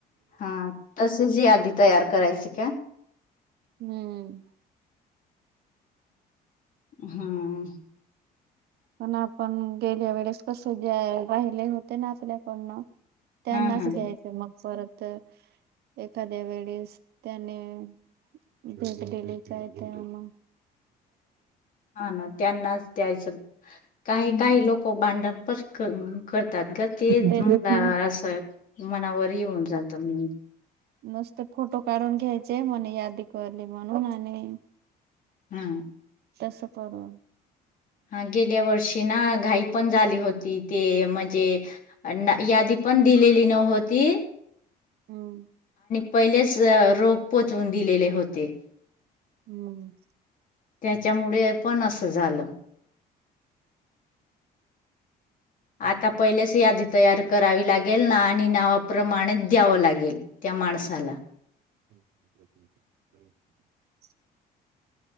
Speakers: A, on the left (about 50°); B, on the right (about 70°).
A: हां तसेच यादी तयार करायची का?
B: हम्म
A: हां
B: पण आपण गेल्या वेळेस कस जाय राहिले होते ना असल्याकडन त्यांनाच
A: हा हा
B: घ्यायचे मग परत तर एखाद्या वेळेस त्याने भेटलेली काय ते आम
A: हां ना त्यांनाच द्यायचं काही काही लोक भांडण पण कर तात ग ते
B: ते
A: मला असं मनावर येऊन जात म्हणून
B: नुसत फोटो काढून घ्यायचे म्हणे यादी करली म्हणून आणि
A: हां
B: तसं परवा
A: हां गेल्या वर्षी ना घाई पण झाली होती ते म्हणजे अ ना यादी पण दिलेली नहोती
B: हम्म
A: पहिलेच रोक पोचवून दिलेले होते
B: हम्म
A: त्याच्यामुळे पण असं झालं आता पहिलेच यादी तयार करावी लागे गेल ना आणि नावाप्रमाणे द्यावं लागेल त्या माणसाला
B: <inaudible>